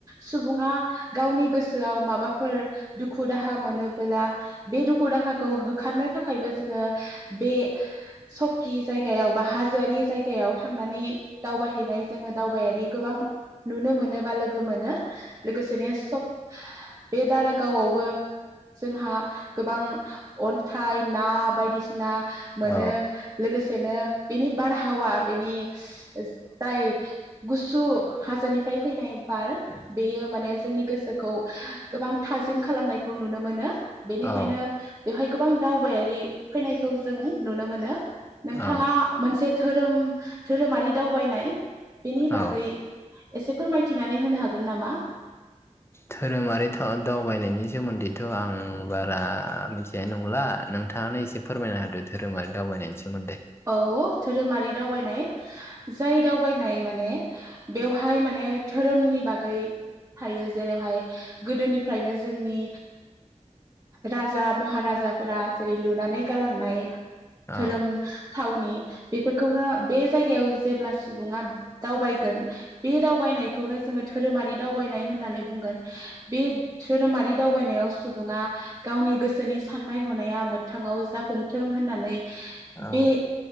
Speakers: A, on the right; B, on the left.
A: सुबुङा गावनि गोसो सोआव माबाफोर दुखु दाहा मोनोबोला बे दुखु दाहाखौ होखारनो थाखायबो जोङो बे सकि जायगायाव बा हाजोआरि जायगायाव थांनानै दावबायहैनाय जोङो दावबायारि गोबां नुनो मोनो बा लोगो मोनो। लोगोसेनो सब बे दारागावआवबो जोंहा गोबां अन्थाइ ना बायदिसिना मोनो
B: औ
A: लोगोसेनो बेनि बारहावा बेनि जाय गुसु हाजोनिफ्राय फैनाय बार बेयो माने जोंनि गोसोखौ गोबां थाजिम खालामनायखौ नुनो मोनो। बेनिखायनो
B: औ
A: बेवहाय गोबां दावबायारि फैनायखौ जों नुनो मोनो नोंथाङा
B: औ
A: मोनसे धोरोम धोरोमारि दावबायनाय बेनि
B: औ
A: बागै एसे फोरमायथिनानै होनो हागोन नामा?
B: धोरोमारि था दावबायनायनि सोमोन्दैथ' आं बारा मिथिनाय नंला नोंथाङानो एसे फोरमायना हादो धोरोमारि दावबायनायनि सोमोन्दै।
A: औ धोरोमारि दावबायनाय जाय दावबायनाय माने बेवहाय माने धोरोमनि बागै थायो जेरौहाय गोदोनिफ्रायनो जोंनि राजा महाराजाफोरा जेरै लुनानै गालांनाय धोरोम
B: औ
A: थावनि बेफोरखौनो बे जायगायाव जेब्ला सुबुङा दावबायगोन बे दावबायनायखौनो जोङो धोरोमारि दावबायनाय होननानै बुंगोन। बे धोरोमारि दावबायनायाव सुबुङा गावनि गोसोनि साननाय हनाया मोगथाङाव जाफुंथों होननानै
B: औ
A: बे